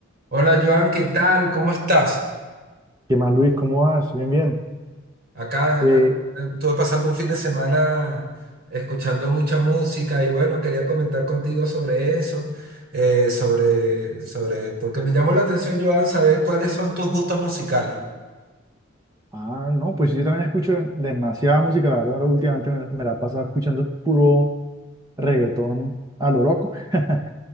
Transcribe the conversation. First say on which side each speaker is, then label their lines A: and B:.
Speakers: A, on the right (about 50°); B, on the right (about 20°).
A: Hola Joan, ¿qué tal? ¿Cómo estás?
B: ¿Qué más, Luis? ¿Cómo vas? Bien, bien.
A: Acá, eh,
B: Eh,
A: bueno, estuve pasando un fin de semana escuchando mucha música y bueno, quería comentar contigo sobre eso, eh, sobre, sobre, porque me llamó la atención, Joan, saber cuáles son tus gustos musicales.
B: ah, no, pues yo también escucho demasiada música, la verdad, últimamente me, me la he pasado escuchando puro reggaetón a lo loco, <laughs>